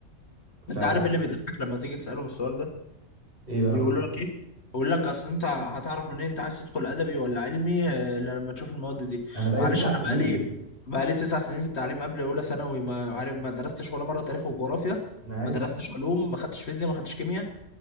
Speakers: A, on the right; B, on the left.
A: فايه
B: انت عارف إيه اللي بيضحك لما تيجي تساله السؤال ده
A: بقى
B: بيقول لك ايه بيقول لك اصل انت هتعرف منين انت عايز تدخل ادبي ولا علمي آه، لما تشوف المواد دي
A: انا بقى
B: معلش
A: لي تسع
B: انا
A: سنين
B: بقالي بقالي تسع سنين في التعليم قبل اولى ثانوي ما عارف ما درستش ولا مره تاريخ وجغرافيا
A: انا عارف
B: ما درستش علوم ما خدتش فيزياء ما خدتش كيمياء